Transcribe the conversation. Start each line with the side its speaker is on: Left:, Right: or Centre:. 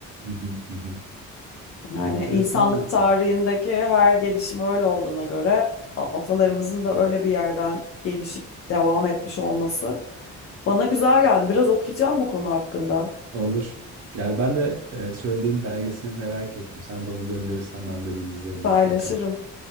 Right: hı hı, hı hı.
Left: Yani
Right: Enteresan
Left: insanlık
Right: bir
Left: tarihindeki
Right: konu.
Left: her gelişim öyle olduğuna göre a- atalarımızın da öyle bir yerden gelişip devam etmiş olması bana güzel geldi. Biraz okuyacağım bu konu hakkında.
Right: Olur. Yani ben de eee, söylediğin belgesini merak ettim. Sen de onu gönderirsen ben de bir izlerim
Left: Paylaşırım.
Right: mutlaka.